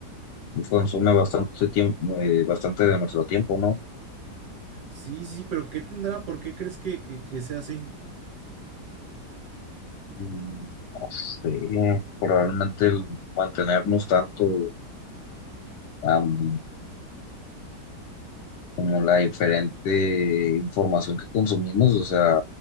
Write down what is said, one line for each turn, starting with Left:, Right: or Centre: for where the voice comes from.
Left: consume bastante tiempo, bastante de nuestro tiempo, ¿no?
Right: Sí, sí, pero ¿qué tendrá? ¿Por qué crees que, que, que sea así?
Left: Mm, No sé, probablemente el mantenernos tanto am, como la diferente información que consumimos, o sea,